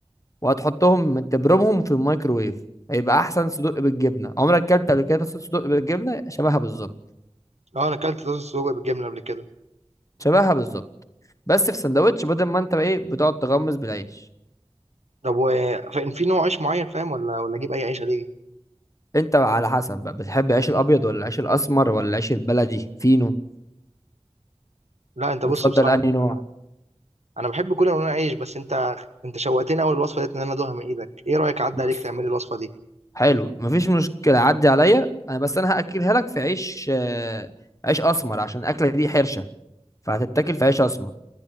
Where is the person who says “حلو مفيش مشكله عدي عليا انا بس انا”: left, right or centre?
Left